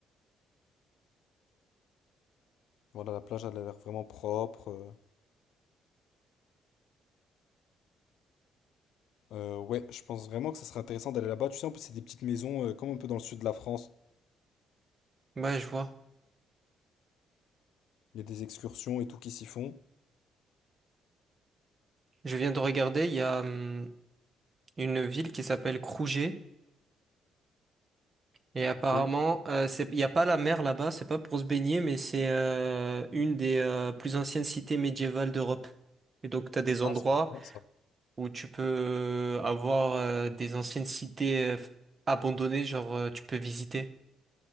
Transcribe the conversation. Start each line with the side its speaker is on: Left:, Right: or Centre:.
Left: Voilà, la plage, elle a l'air vraiment propre. euh. Euh, ouais, je pense vraiment que ça serait intéressant d'aller là-bas. Tu sais, en plus, c'est des petites maisons, euh, comme un peu dans le sud de la France.
Right: Ouais, je vois.
Left: Il y a des excursions et tout qui s'y font.
Right: Je viens de regarder, il y a hum, une ville qui s'appelle Crouzet. Et apparemment,
Left: Ok.
Right: euh, c'est, il n'y a pas la mer là-bas, c'est pas pour se baigner, mais c'est euh, une des euh, plus anciennes cités médiévales d'Europe. Et donc, tu as des endroits
Left: Ah, c'est bien ça.
Right: où tu peux euh, avoir euh, des anciennes cités euh, abandonnées, genre euh, tu peux visiter.